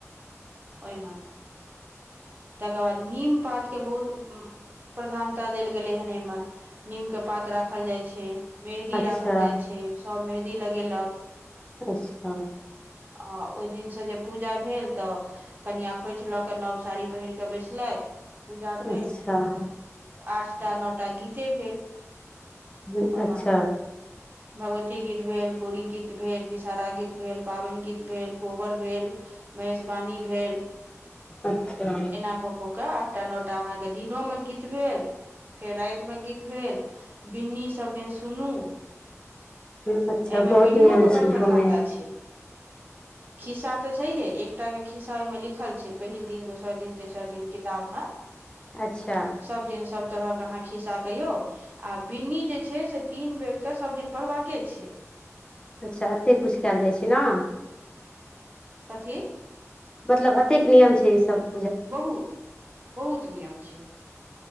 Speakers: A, on the right; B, on the left.
A: ओइमे तकर बाद नीम पातके बहुत प्रधानता देल गेलै हेन एहिमे नीमके पात राखल जाइ छै मेहदी
B: अच्छा
A: राखल जाइ छै सभ मेंहदी लगैलक
B: अच्छा
A: आ ओहि दिनसँ जे पूजा भेल तऽ कनियाँ खोइछ लऽ कऽ नव साड़ी पहिर कऽ बैसलैथि पूजा भेल
B: अच्छा हम्म,
A: आठटा नओटा गीते भेल
B: हूँ
A: ओहिमे
B: अच्छा
A: भगवती गीत भेल गौड़ी गीत भेल विषहारा गीत भेल पाबनि गीत भेल कोबर भेल मेहेशवाणी भेल
B: अच्छा
A: एना कऽ कऽ के आठटा नोटा अहाँ दिनोमे गीत भेल फेर रातिमे गीत भेल बिन्नी सब दिन सुनू
B: हम्म, अच्छा
A: एहिमे
B: बहुत
A: बनियोके
B: नियम छै
A: बड्ड
B: इहोमे
A: प्रधानता छै खिस्सा तऽ छैहे एकटाके खिस्सा ओहिमे लिख लिखल छै पहिल दिन दोसर दिन तेसर दिन किताबमे
B: अच्छा
A: सब दिन सभ तरहके अहाँ खिस्सा कहियौ आ बिन्नी जे छै से तीन बेरके सभदिन पढ़बाके छै
B: अच्छा एते कुछ काएल जाइ छै नऽ
A: कथि
B: मतलब अतेक नियम छै ई सब
A: बहुत बहुत नियम छै